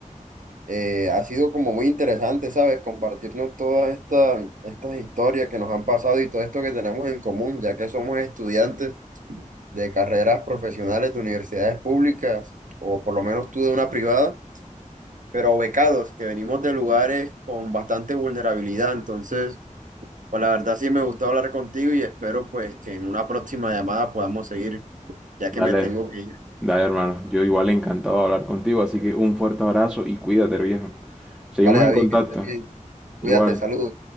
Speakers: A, on the right; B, in the centre.
A: Eh, ha sido como muy interesante, ¿sabes? Compartirnos todas estas estas historias que nos han pasado y todo esto que tenemos en común, ya que somos estudiantes de carreras profesionales de universidades públicas, o por lo menos tú de una privada, pero becados, que venimos de lugares con bastante vulnerabilidad. Entonces, pues la verdad sí me gustó hablar contigo y espero pues que en una próxima llamada podamos seguir, ya
B: Dale,
A: que me tengo que ir.
B: dale, hermano. Yo igual encantado de hablar contigo, así que un fuerte abrazo y cuídate, viejo. Seguimos
A: Vale, David,
B: en contacto.
A: que estés bien. Cuídate,
B: Igual.
A: saludos.